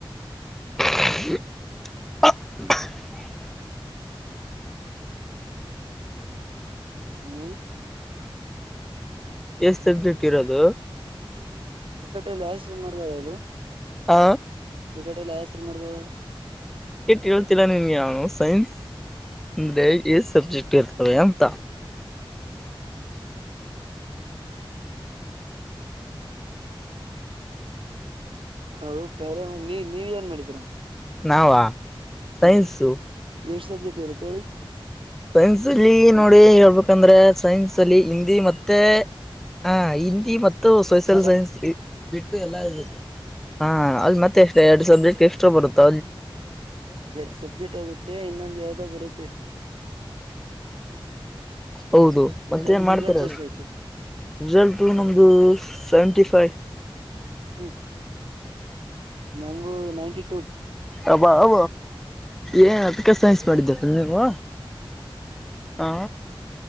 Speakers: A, in the centre; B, on the right.
A: <inaudible> <unintelligible>
B: ಹ್ಮ್
A: ಎಷ್ಟ್
B: ಹ
A: ಸಬ್ಜೆಕ್ಟ್ ಇರೋದು
B: ಕಿಕಟೆಯಲ್ಲಿ ಆಸ್ ನೋಡಿದಾರ ಅವರು ಹ್ಮ
A: ಹ
B: ಕ್ರಿಕೆಟ್ ಎಲ್ಲಿ ಹೆಸ್ರು ನೋಡಿದವ್ರ
A: ಕೇಟ್ ಕೇಳ್ತಿರ ನಿನ್ಗೆ ನು ಸೈನ್ಸ್ ಅಂದ್ರೆ ಸಬ್ಜೆಕ್ಟ್ ಇರ್ತವೆ ಅಂತ
B: ಹ ಬೇರೆ ನೀ ನೀವ್ ಏನ್ ಮಾಡಿದರ
A: ನಾವ ಸೈನ್ಸು
B: ಎಷ್ಟ್ ಸಬ್ಜೆಕ್ಟ್ ಇರುತ್ತೆ ಹೇಳಿ
A: ಸೈನ್ಸ್ ಅಲ್ಲಿ ನೋಡಿ ಹೇಳ್ಬೇಕಂದ್ರೆ ಸೈನ್ಸ್ ಅಲ್ಲಿ ಹಿಂದಿ ಮತ್ತೆ ಹ ಹಿಂದಿ ಮತ್ತು ಸೋಷಿಯಲ್
B: ಸ
A: ಸೈನ್ಸ್ ಬಿಟ್ಟು ಎಲ್ಲ ಇರುತ್ತೆ ಹ ಅಲ್ಲಿ ಮತ್ತೆ ಎಷ್ಟ ಎರಡು ಸಬ್ಜೆಕ್ಟ್ ಎಸ್ಟ್ರಾ ಬರುತ್ತೆ
B: ಎರಡು ಸಬ್ಜೆಕ್ಟ್ ಹೋಗುತ್ತೆ ಇನ್ನೊಂದ್ ಯಾವ್ದೋ ಬರುತ್ತೆ
A: ಹೌದು ಮತ್ತೆ
B: ಟೆಂತ್
A: ಮಾಡ್ತಾರೆ
B: ರಿಸಲ್ಟ್ ಅಷ್ಟೇ ಐತೆ
A: ರಿಸಲ್ಟ ನಮ್ದು ಸೆವೆಂಟಿಫೈ
B: ಹ್ಮ್ ನಮಗು ನೈನ್ಟಿ ಟು
A: ಅಬ್ಬ ಅ ಏನ್ ಅ ಪಿಕ ಸೈನ್ಸ್ ಮಾಡಿದ್ದೇ ನೀವ
B: ಹ್ಮ್
A: ಹಾ